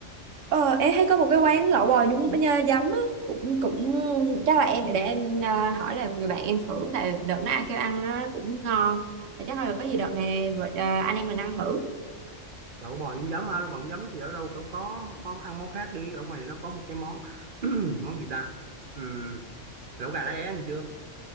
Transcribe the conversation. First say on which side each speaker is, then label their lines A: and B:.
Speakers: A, on the right; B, on the right.
A: Ờ, em thấy có một cái quán lẩu bò nhúng nhá, giấm á cũng cũng chắc là em để em ờ, hỏi là người bạn em thử tại đợt nó ai kêu ăn nó cũng ngon Thì chắc là có gì đợt này vợ- ờ, anh em mình ăn thử
B: lẩu bò nhúng giấm á lẩu bò nhúng giấm thì ở đâu cũng có có ăn món khác đi ở ngoài này nó có một cái món <clears throat> món gì ta Ừ lẩu gà lá é ăn chưa